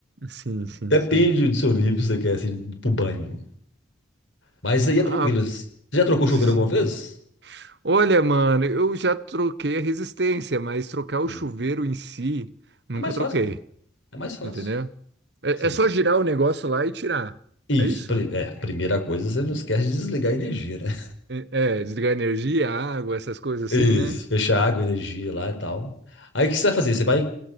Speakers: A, on the right; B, on the left.
A: Sim, sim,
B: Depende
A: sim.
B: do seu nível, se você quer, assim, pro banho. Mas isso aí
A: Ah,
B: é tranquilo. Você já trocou chuveiro
A: sim.
B: alguma vez?
A: Olha, mano, eu já troquei a resistência, mas trocar o
B: Hum.
A: chuveiro em si, nunca
B: É mais
A: troquei.
B: fácil, pô. É mais fácil.
A: Entendeu? É,
B: Sim.
A: é só girar o negócio lá e tirar.
B: Isso.
A: É isso?
B: pri- É, primeira coisa, você não esquece de desligar a energia, né?
A: É, é, desligar a energia, a água, essas coisas
B: Isso.
A: assim, né?
B: Fechar água, energia lá e tal. Aí o que você vai fazer? Você vai.